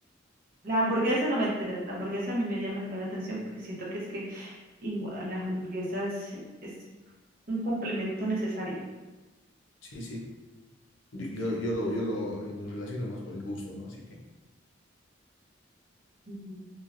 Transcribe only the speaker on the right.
la hamburguesa no me entera. La hamburguesa a mí me llama también la atención porque siento que es que igual, las hamburguesas es un complemento necesario.
Ujú.